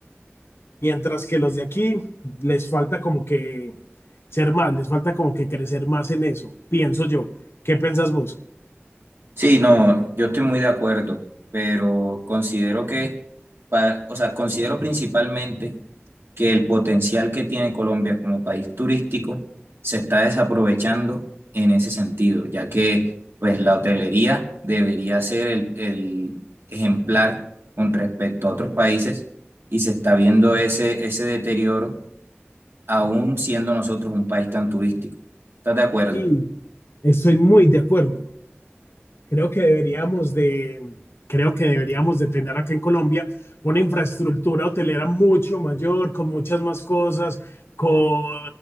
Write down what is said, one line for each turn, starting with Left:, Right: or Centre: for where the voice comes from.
Left: Mientras que los de aquí les falta como que ser más, les falta como que crecer más en eso, pienso yo. ¿Qué piensas vos?
Right: Sí, no, yo estoy muy de acuerdo, pero considero que, pa- o sea, considero principalmente que el potencial que tiene Colombia como país turístico se está desaprovechando en ese sentido, ya que pues la hotelería debería ser el, el ejemplar con respecto a otros países y se está viendo ese, ese deterioro aún siendo nosotros un país tan turístico. ¿Estás de acuerdo?
Left: Y estoy muy de acuerdo. creo que deberíamos de, creo que deberíamos de tener acá en Colombia una infraestructura hotelera mucho mayor, con muchas más cosas, con,